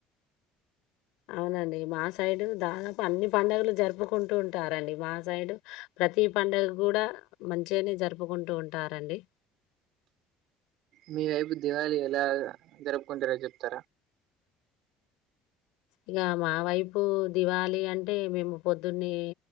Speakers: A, on the left (about 80°); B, on the right (about 70°).
A: అవునండి మా సైడు దాదాపు అన్ని పండుగలు జరుపుకుంటూ ఉంటారండి మా సైడు ప్రతి పండుగ కూడా మంచిగానే జరుపుకుంటూ ఉంటారండి
B: మీ వైపు దివాళి ఎలా జరుపుకుంటారో చెప్తారా
A: ఇగ మా వైపు దివాళి అంటే మేము పొద్దున్నే